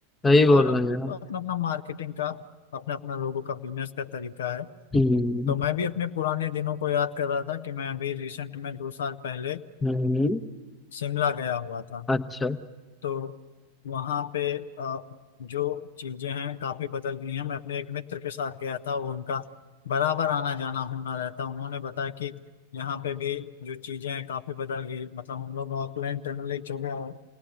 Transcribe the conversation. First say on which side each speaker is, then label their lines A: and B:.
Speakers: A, on the left; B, on the left.
A: सही बोल
B: और अपना
A: रहे हैं आप
B: अपना मार्केटिंग का अपना अपना लोगों का बिजनेस का तरीका है
A: हम्म
B: तो मैं भी अपने पुराने दिनों को याद कर रहा था कि मैं अभी रिसेंट में दो साल पहले
A: हम्म हम्म।
B: शिमला गया हुआ था
A: अच्छा
B: तो वहाँ पे अ, जो चीजें हैं काफी बदल गई हैं मैं अपने एक मित्र के साथ गया था वो उनका बराबर आना जाना होना रहता उन्होंने बताया कि यहाँ पे भी जो चीजें हैं काफी बदल गई मतलब हम लोग ऑकलैंड टनल एक जगह है